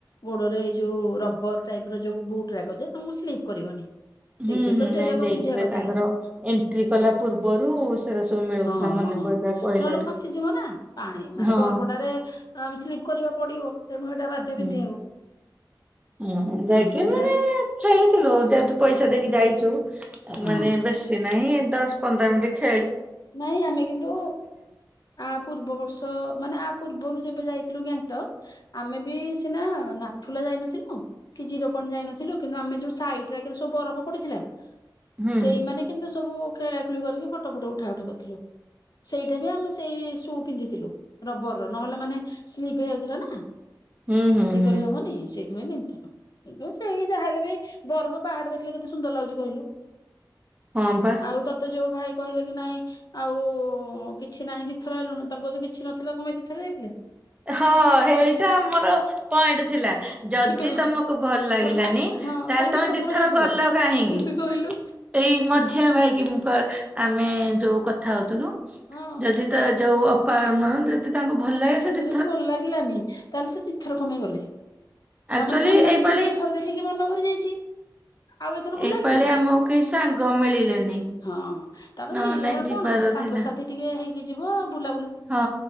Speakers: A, on the left; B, on the right.
A: ଗୋଡରେ ଏଇ ଯୋଉ ରବର ଟାଇପ୍ ର ଯୋଉ ବୁଟରାକ ଯେ ତମକୁ ସ୍ଲିପ୍ କରିବନି। ସେଇଥିରେ
B: ହୁଁ ହୁଁ
A: ତ ସେଇରାକ
B: ନାଇଁ ଦେଇଥିଲେ
A: ପିନ୍ଧିବା କଥା
B: ତାଙ୍କର ଏଣ୍ଟ୍ରି କଲା ପୂର୍ବରୁ ସେରା ସବୁ ମିଳୁଥିଲା
A: ହଁ
B: ମନେ
A: ହଁ
B: ପଡିଲା କହିଲାଠୁ।
A: ନହେଲେ ଖସିଯିବ ନା ପାଣି ମାନେ
B: ହଁ
A: ବରଫଡା଼ରେ ଆଁ ଆମେ ସ୍ଲିପ୍ କରିବା ପଡିବ। ତେଣୁ ଏଇଟା ବାଧ୍ୟ ପିନ୍ଧିବାକୁ
B: ହୁଁ ଉଁ ହୁଁ ଯାଇକି
A: ଆମେ
B: ମାନେ ଖେଳିଥିଲୁ ଯେହେତୁ ପଇସା ଦେଇକି ଯାଇଛୁ
A: ହଁ
B: ମାନେ ବେଶୀ ନାଇଁ ଦଶ ପନ୍ଦର ମିିନିଟ୍ ଖେ
A: ନାଇଁ ଆମେ କିନ୍ତୁ ଆ ପୂର୍ବ ବର୍ଷ ମାନେ ଆ ପୂର୍ବରୁ ଯେବେ ଯାଇଥିଲୁ ଗ୍ୟାଙ୍ଗଟକ୍ ଆମେ ବି ସିନା ନାଥୁଲା ଯାଇନଥିଲୁ କି ଜିରୋ ପଏଣ୍ଟ ଯାଇନଥିଲୁ କିନ୍ତୁ ଆମେ ଯୋଉ ସାଇଟରେକା ସବୁ ବରଫ ପଡିଥିଲା।
B: ହୁଁ
A: ସେଇମାନେ କିନ୍ତୁ ସବୁ ଖେଳାଖୁଳି କରିକି ଫୋଟୋ ଫୋଟୋ ଉ ଉଠା ଉଠି କରିଥିଲୁ ସେଇଠା ବି ଆମେ ସେଇ ସୁ ପିନ୍ଧିଥିଲୁ ରବର ର ନହେଲେ ମାନେ ସ୍ଲିପ ହେଇଯାଉଥିଲା ନା।
B: ହୁଁ ହୁଁ
A: ଇଏ
B: ହୁଁ
A: କରି ହବନି ସେ <unintelligible> ସେଇ ଯାହା ହେଲେ ବି ବରଫ ପାହାଡ ଦେଖିଲେ କେତେ ସୁନ୍ଦର ଲାଗୁଛି କହିଲୁ?
B: ହଁ ବା
A: ଆଉ ତତେ ଯୋଉ ଭାଇ କହିଲେ କି ନାଇଁ ଆଉ କିଛି ନାହିଁ ଦିଥର ହେଲୁଣି ତାଙ୍କୁ ଯଦି କିଛି ନଥିଲା କଣ ପାଇଁ ଦି ଥରେ ଯାଇଥିଲେ?
B: ହଁ ଏଇଟା ଆମର ପଏଣ୍ଟ ଥିଲା ଯଦି
A: କହ
B: ତମକୁ ଭଲ ଲାଗିଲାନି
A: ଲାଗିଲା। ହଁ
B: ତାହେଲେ ତମେ
A: ଦିଥର
B: ଦିଇ
A: କଣ ପାଇଁ
B: ଥର
A: ଯାଇଥିଲ
B: ଗଲ କାହିଁକି
A: କହିଲୁ?
B: ଏଇ ମଝିଆ ଭାଇକି ଆ ଆମେ ଯୋଉ କଥା ହଉଥିଲୁ
A: ହଁ
B: ଯଦି ତ ଯୋଉ ଅପାମ ଯଦି ତାଙ୍କୁ ଭଲ ଲାଗେ
A: ତାଙ୍କୁ
B: ସେ ଦି
A: ଯଦି ଭଲ ଲାଗିଲାନି ତାହେଲେ ସେ ଦିଥର କଣ ପାଇଁ ଗଲେ ତା
B: ଆକ୍ଚୁଆଲି
A: ମାନେ ଭଲ ଲାଗିଛି
B: ଏଇପାଳି
A: ଦିଥର ଦେଖିକି ମନ ଭରି ଯାଇଛି ଆଉ ଏଥର ଭଲ
B: ଏଇପାଳି
A: ଲାଗିବ କି?
B: ଆମକୁ କେହି ସାଙ୍ଗ ମିଳିଲେନି
A: ହଁ। ହଁ। ତାପରେ
B: ନହେଲେ
A: ହେଇ ଜାଗା
B: ନାଇଁ ଯିବାର
A: କଣ ସାଙ୍ଗସାଥି
B: ଥିଲା
A: ଟିକେ ହେଇକି ଯିବ ବୁଲା
B: ହଁ